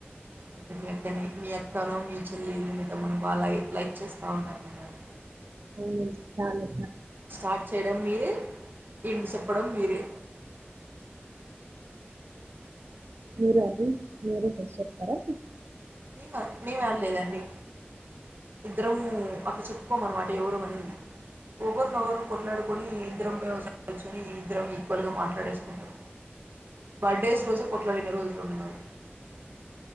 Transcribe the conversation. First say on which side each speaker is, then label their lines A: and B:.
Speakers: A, on the right; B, on the right.
A: లేదా మీ అక్క కానీ మీ అక్కనో మీ చెల్లి మోతమను బా లైక్ లైక్ చేస్తా ఉన్నట్లున్నారు
B: అవును చాలు
A: స్టార్ట్ చేయడం మీరే ఎండ్ చెప్పడం మీరే
B: మీరు అది మీరే ఫస్ట్ చెప్తారా
A: మేమ మేము ఆన్లేదండి ఇద్దరము అట్లా చెప్పుకోము అన్నమాట ఎవరమనింది ఒకరినవరు కొట్లాడుకొని ఇద్దరం ఒకచోట కూర్చుని ఇద్దరం ఈక్వల్ గా మాట్లాడేసుకుంటాం బర్త్డేస్ రోజు పొట్లాడిన్ని రోజులునై మవి